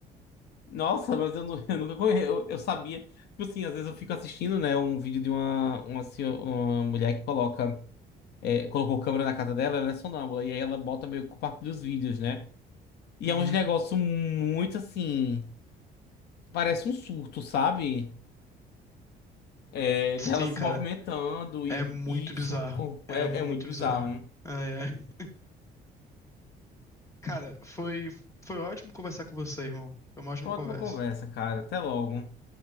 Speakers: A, on the left; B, on the left.
A: Nossa, mas eu, nu- <laughs> eu nunca conhe- Eu, eu sabia. Tipo assim, às vezes eu fico assistindo, né, um vídeo de uma, uma, senho- uma mulher que coloca. é, colocou câmera na casa dela, ela é sonâmbula. E aí ela bota meio que parte dos vídeos, né? E
B: Uhum.
A: é um negócio muito assim. Parece um surto, sabe? É,
B: Sim,
A: dela se
B: cara.
A: movimentando e,
B: É muito
A: e
B: bizarro.
A: fa- com-
B: É
A: é,
B: muito
A: é muito bizarro.
B: bizarro. Ai, ai. Cara, foi, foi ótimo conversar com você, irmão. Foi uma ótima
A: Ótima
B: conversa.
A: conversa, cara. Até logo.